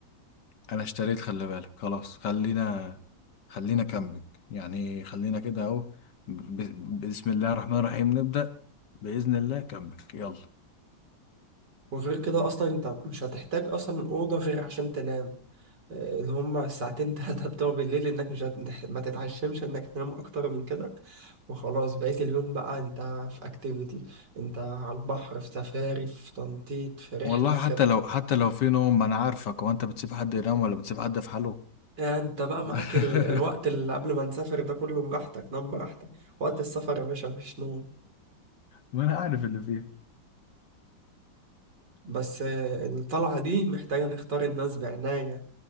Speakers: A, on the left; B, on the right.
A: انا اشتريت خلي بالك خلاص خلينا خلينا كامبينج يعني خلينا كده اهو ب... ب- بسم الله الرحمن الرحيم نبدأ بإذن الله كامبينج يلا
B: وغير كده اصلا انت مش هتحتاج اصلا اوضه غير عشان تنام آه، اللي هما الساعتين <laughs> تلاتة بتوع بالليل انك مش هت... ما تتعشمش انك تنام اكتر من كده وخلاص بقيت اليوم بقى انت في اكتيفيتي انت على البحر في سفاري في تنطيط في رحلة
A: والله
B: كده
A: حتى لو حتى لو في نوم ما انا عارفك هو انت بتسيب حد ينام ولا بتسيب حد في حاله
B: يعني انت بقى معاك
A: <laughs>
B: ال... الوقت اللي قبل ما نسافر ده كله براحتك نام براحتك وقت السفر يا باشا مفيش نوم
A: ما انا عارف اللي فيها
B: بس آه، الطلعة دي محتاجة نختار الناس بعناية